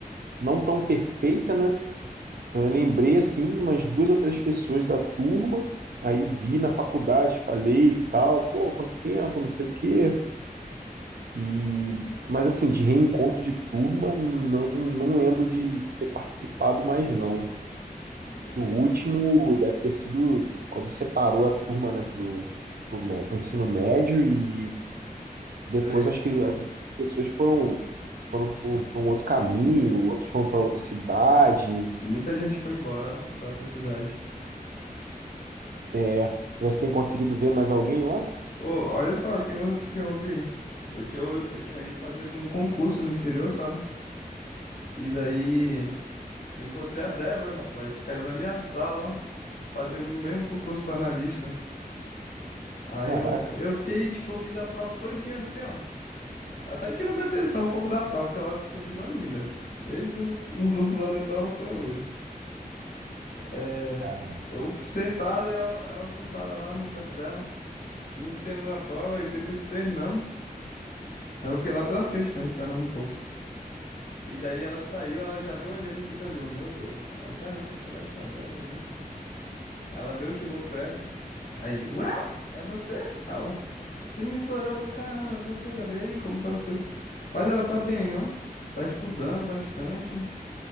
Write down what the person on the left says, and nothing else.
entendi.
Sei.
Muita gente foi embora pra outra cidade.
Ô, olha só quem eu, quem eu vi. Eu tinha, eu tinha ido fazer um concurso no interior, sabe? E daí eu encontrei a Débora, rapaz. Caiu na minha sala, fazendo o mesmo concurso pra analista. Aí
eu, eu fiquei, tipo, eu fiz a prova todinha assim, ó. Até tirou minha atenção um pouco da prova, porque ela continua linda. Desde o <laughs> do fundamental até hoje. É,
eu sentado, ela, ela sentada lá no canto dela. Iniciamos a prova e depois que terminamos, eu fiquei lá pela frente, né? Esperando um pouco. E daí ela saiu, ela já veio olhando assim pra mim. Eu, Meu Deus, eu, caramba, será essa Débora mesmo? Aí ela veio, chegou perto. Aí, well, é você? Aí eu, Sim, sou eu. Caramba, é você, Débora. E aí, como estão as coisas? Rapaz, ela tá bem, ó. Tá estudando bastante.